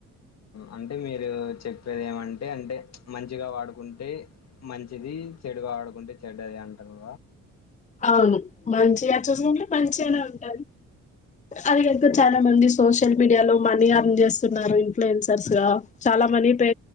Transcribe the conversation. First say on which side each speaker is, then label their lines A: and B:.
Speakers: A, on the left; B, on the left.
A: అంటే మీరు చెప్ చెప్పద ఏమంటే అంటే మంచిగా వాడుకుంటే మంచిది చెడుగా ఆడుకుంటే చెడు అది అంటారు
B: అవును మంచిగా చసుకుంటే మంచిగానే ఉంటారు అదిగనుక
A: అవును
B: చాలా మంది సోషల్ మీడియాలో మనీ అర్ని చేస్తున్నారు ఇన్ఫ్లుయన్సర్స్ గా చాలా మనీ పే